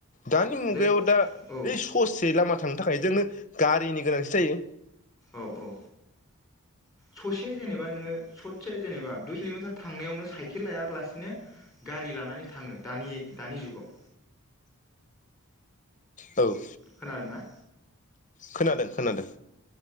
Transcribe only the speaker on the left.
दानि मुगायाव
दा
ओइ ससे लामा थांनो थाखाय जोंनो गारिनि गोनांथि जायो।
औ।
खोनादों खोनादों।